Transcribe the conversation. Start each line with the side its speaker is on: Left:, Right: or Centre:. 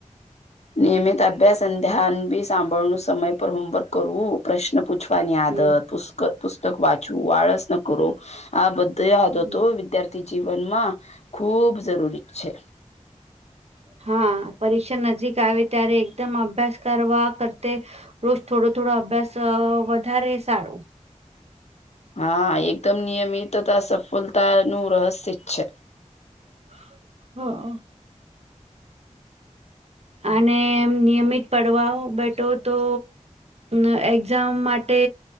Left: નિયમિત અભ્યાસ અને ધ્યાન બી સાંભળનું સમય પર હોમવર્ક કરવું પ્રશ્ન પૂછવ ની આદત
Right: હમ
Left: પુ પુસ્તક વાંચવું વાળસ ન કરો આ બધી આદતો
Right: હમ.
Left: વિદ્યાર્થી જીવનમાં ખૂબ જરૂરી છે
Right: હા પરીક્ષા નજીક આવે ત્યારે એકદમ અભ્યાસ કરવા કરતે રોજ થોડો થોડો અભ્યાસ વધારે સારો.
Left: હા એકદમ નિયમિત તથા સફળતા નું રહસ્ય છે.
Right: <inaudible> અને નિયમિત પડવા બેઠો તો અ એક્ઝામ માટે